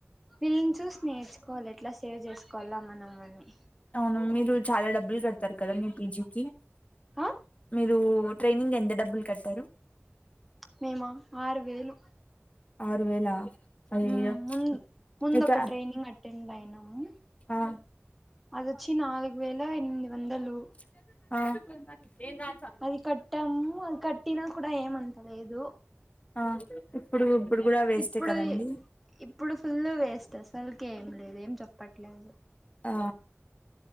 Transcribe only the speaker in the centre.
వీళ్ళని చూసి నేర్చుకోవాలి ఎట్లా సేవ్ చేసుకోవాల మనం మనీ
ఆ
మేమా ఆరు వేలు
ఉమ్ ముందు ముందు
ఒక ట్రైనింగ్ అటెండ్ అయినాము
అదొచ్చి నాలుగు వేల ఎనిమిది వందలు
అది కట్టామ్ అది కట్టినా కూడా ఏం అంతలేదు
ఇప్పుడు
ఇప్పుడు ఫుల్ వేస్ట్ అసలుకి ఏం లేదు ఏం చెప్పట్లేదు